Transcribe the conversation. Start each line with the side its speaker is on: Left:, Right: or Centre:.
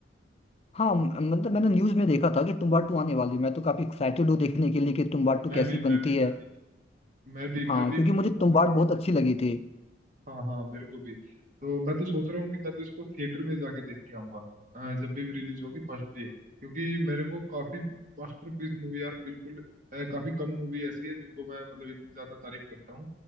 Left: हाँ म- मतलब मैंने न्यूज में देखा था कि तुम्बाड़ टू आने वाली है। मैं तो काफी एक्साइटेड हूँ देखने के लिए कि तुम्बाड़ टू
Right: मैं
Left: कैसी
Right: भी मैं
Left: बनती
Right: भी
Left: है
Right: मैं भी मैं भी
Left: हाँ
Right: मैं भी
Left: क्योंकि
Right: मैं
Left: मुझे
Right: तो सोच
Left: तुम्बाड़
Right: रहा
Left: बहुत
Right: हूँ
Left: अच्छी लगी थी
Right: हाँ हाँ मेरे को भी तो मैं तो सोच रहा हूँ कि मैं तो इसको थिएटर में जाके देख के आऊंगा अ, जब भी रिलीज होगी फर्स्ट डे क्योंकि मेरे को काफी मास्टरपीस मूवी यार बिल्कुल अ, काफी कम मूवी ऐसी है जिनको मैं मतलब इतनी ज्यादा तारीफ करता हूँ